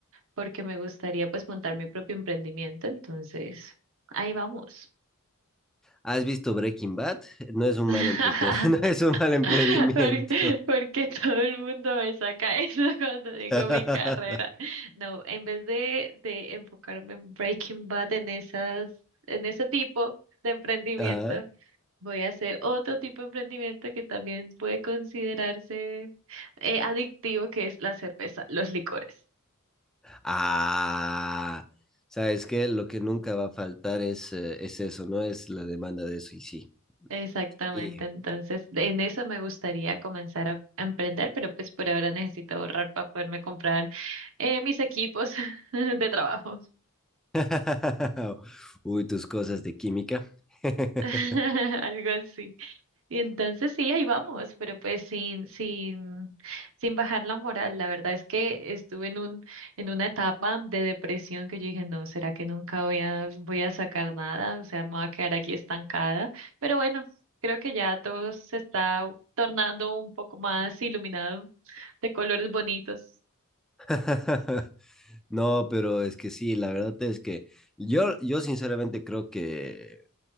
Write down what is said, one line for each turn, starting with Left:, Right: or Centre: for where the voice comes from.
Right: porque me gustaría, pues, montar mi propio emprendimiento. Entonces, ahí vamos.
Centre: ¿Has visto Breaking Bad? No es un
Right: <laughs>
Centre: mal entrete, <laughs> no es un mal emprendimiento.
Right: <laughs> Porque, porque todo el mundo me saca eso <laughs> cuando digo
Centre: <laughs>
Right: mi carrera. No, en vez de, de enfocarme en Breaking Bad en esas, en ese tipo de emprendimiento,
Centre: Ajá.
Right: voy a hacer otro tipo de emprendimiento que también puede considerarse eh, adictivo, que es la cerveza, los licores.
Centre: Ah, sabes que lo que nunca va a faltar es, eh, es eso, ¿no? Es la demanda de eso, y sí.
Right: Exactamente,
Centre: Y-
Right: entonces de- en eso me gustaría comenzar a a emprender, pero pues por ahora necesito ahorrar para poderme comprar eh, mis equipos <laughs> de trabajo.
Centre: <laughs> Uy, tus cosas de química. <laughs>
Right: <laughs> Algo así. Y entonces sí, ahí vamos, pero pues sin, sin, sin bajar la moral. La verdad es que estuve en un, en una etapa de depresión que yo dije, no, ¿será que nunca voy a, voy a sacar nada? O sea, me voy a quedar aquí estancada. Pero bueno, creo que ya todo se está tornando un poco más iluminado, de colores bonitos.
Centre: <laughs> No, pero es que sí, la verdad es que yo, yo sinceramente creo que